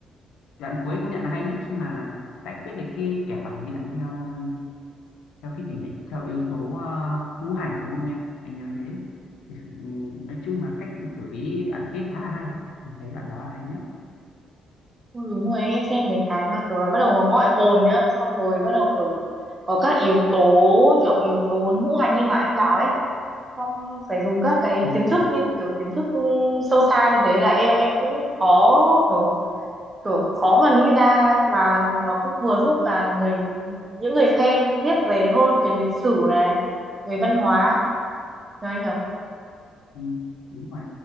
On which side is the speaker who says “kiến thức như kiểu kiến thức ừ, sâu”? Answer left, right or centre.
Right